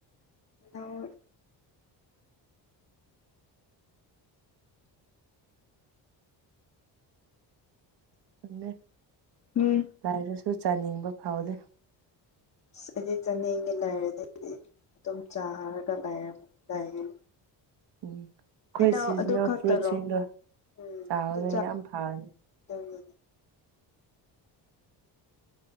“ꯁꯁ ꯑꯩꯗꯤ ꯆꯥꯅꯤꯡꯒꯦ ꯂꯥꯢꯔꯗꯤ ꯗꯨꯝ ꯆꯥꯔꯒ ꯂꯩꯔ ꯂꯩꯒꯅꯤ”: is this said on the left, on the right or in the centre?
Left